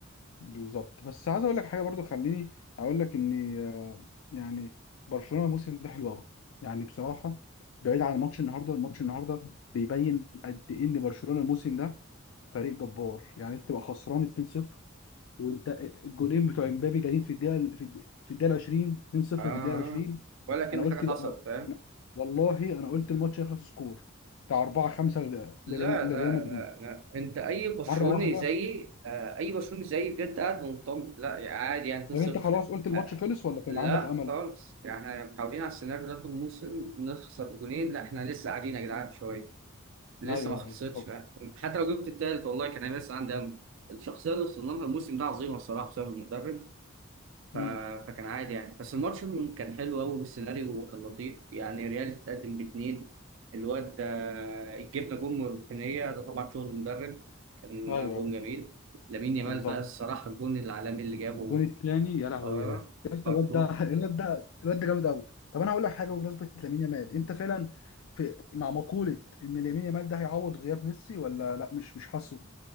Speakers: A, on the left; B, on the right.
A: بالظبط بس عايز اقول لك حاجه برضو خليني اقول لك ان آه، يعني برشلونه الموسم ده حلو قوي يعني بصراحه بعيد عن ماتش النهارده الماتش النهارده بيبين قد ايه ان برشلونه الموسم ده فريق جبار يعني انت تبقى خسران 2-0 وانت الجونين بتوع امبابي جايين في الدقيقه في الد- في الدقيقه 20 2-0
B: اه آه.
A: في الدقيقه 20
B: ولا كأن
A: انا قلت
B: حاجه
A: بقى
B: حصلت فاهم
A: أنا- والله انا قلت الماتش هيخلص سكور بتاع 4 5 لريال
B: لا
A: لريال
B: لا
A: مدريد
B: لا لا انت اي برشلوني
A: مره واحده
B: زيي آه اي برشلوني زيي بجد قاعد مطمن لا يعني عادي يعني 2-0
A: طب انت خلاص قلت الماتش
B: آه،
A: خلص ولا كان
B: لا
A: عندك امل؟
B: خالص يعني احنا متعودين على السيناريو ده في الموسم نخسر جونين لا احنا لسه قاعدين يا جدعان شويه لسه
A: ايوه
B: ما خلصتش
A: ايوه بالظبط
B: بقى حتى لو جبت التالت والله كان هيبقى لسه عندي امل الشخصيه اللي وصلنا لها الموسم ده عظيمه الصراحه بسبب المدرب ف...
A: امم
B: فكان عادي يعني بس الماتش كان حلو قوي والسيناريو وكان لطيف يعني ريال تتقدم باثنين الواد ده جبنا جون من الركنيه ده طبعا شغل مدرب كان
A: ايوه
B: جون
A: ايوه
B: جميل لامين يامال
A: بالظبط
B: بقى الصراحه الجون العالمي اللي جابه
A: الجون الثاني يا لهوي
B: اه
A: يا جدع يا اسطى
B: برضه
A: الواد ده الواد ده الواد ده جامد قوي طب انا هقول لك حاجه بمناسبه لامين يامال انت فعلا في مع مقوله ان لامين يامال ده هيعوض غياب ميسي ولا لا مش مش حاسه